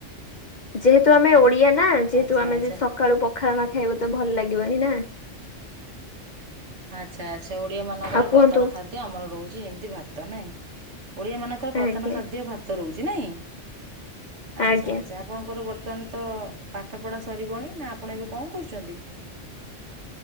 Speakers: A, on the left; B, on the right.
A: ଯେହେତୁ ଆମେ ଓଡିଆ ନା ଯେହେତୁ
B: ଆଚ୍ଛା
A: ଆମେ
B: ଆଚ୍ଛା
A: ଯେ ସକାଳୁ ପଖାଳ ନ ଖାଇବୁ ତ ଭଲ ଲାଗିବନି ନା।
B: ଆଚ୍ଛା ଆଚ୍ଛା ଓଡିଆ ମାନଙ୍କର
A: ଆଉ କୁହନ୍ତୁ
B: ପ୍ରଧାନ ଖାଦ୍ୟ ଆମର ରହୁଚି ଯେମିତି ଭାତ ନାଇଁ। ଓଡ଼ିଆ ମାନଙ୍କର ପ୍ରଧାନ
A: ଆଜ୍ଞା
B: ଖାଦ୍ୟ ଭାତ ରହୁଛି ନାଇଁ ଆଚ୍ଛା
A: ଆଜ୍ଞା
B: ଆଚ୍ଛା ଆପଣଙ୍କର ଗୋ ତାନ ତ ପାଠପଢ଼ା ସରିବଣି ନା ଆପଣ ଏବେ କଣ କରୁଚନ୍ତି?